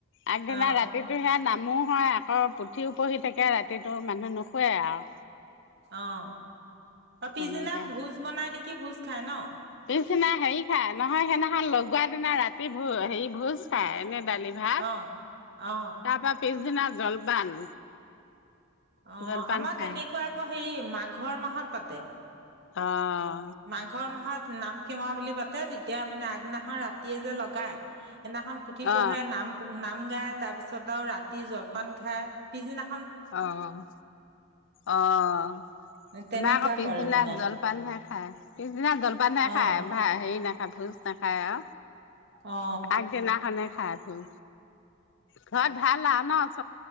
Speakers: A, on the left (about 60°); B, on the right (about 55°).
A: আগদিনা
B: অ'
A: ৰাতিটো সেইয়া নাম মোৰ হয় আকৌ প পুথিও পঢ়ি থাকে। ৰাতিটো মানুহ নুশুৱে আৰু
B: অ', অ'। পিছদিনা
A: তেনেকে
B: ভোজ বনাই নি কি ভোজ খায় ন?
A: পিছদিনা হেৰি খাই। নহয়, সেইদিনাখন লগোৱা দিনা ৰাতি ভোজ, হেৰি, ভোজ খাই এনে দালি-ভাত,
B: অ অ
A: তাৰপৰা পিছদিনা জলপান
B: অ',
A: জলপান
B: আমাৰ
A: খাই
B: তেনেকুৱা আকৌ হেৰি, মাঘৰ মাহত পাতে।
A: অ'।
B: মাঘৰ মাহত নাম কেৱা বুলি পাতে তেতিয়া মানে আগদিনাখন ৰাতিয়ে যে লগায়। সেইদিনাখন পুথি পঢ়ে
A: অ
B: নাম নাম গায়। তাৰ পিছত আৰু ৰাতি জলপান খাই পিছদিনা
A: অ' অ'
B: তেনেকুৱা
A: আমা আকৌ পিছবেলা
B: কৰে মানে
A: জলপানহে খায়। পিছদিনা জলপান হে খাই
B: অ
A: ভা ই। হিৰ নাখা ভোজ নাখায়া।
B: অ
A: আগ দিনা খনে। খাইছোন। ঘৰত ভাল আ। নাচ